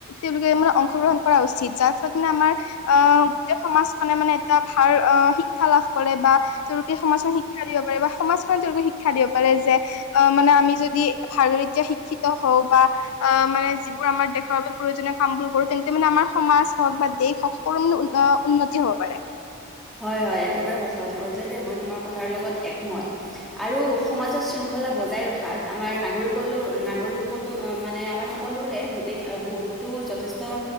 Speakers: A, on the left; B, in the centre.
A: তেওঁলোকে মানে অংশগ্ৰহণ কৰা উচিত যাচ মানে আমাৰ আহ গোটেই সমাজখনে মানে এটা ভাল অঁ শিক্ষা লাভ কৰে বা। তেওঁলোকে সমাজখন শিক্ষা দিব পাৰে বা সমাজখনত তেওঁলোকে শিক্ষা দিব পাৰে যে- অঁ মানে আমি যদি ভালকে শিক্ষিত হওঁ বা আহ মানে যিবোৰ আমাৰ দেশৰ বাবে প্ৰয়োজনীয় কামবোৰ কৰো তেন্তে মানে আমাৰ সমাজ হওঁক বা দেশ হওঁক সকলো মানে উন্নতি হ'ব পাৰে।
B: হয়ঁ হয়ঁ একেবাৰে সঁচা কথা কৈছে দেই মই তোমাৰ কথাৰ লগত একমত। আৰু সমাজত শৃংখলা বজাই ৰখাত আমাৰ নাগৰিকলো নাগৰিকত্ব ওম ওম মানে আমাৰ সকলোৰে গোটেই বহুতো যথেষ্ট।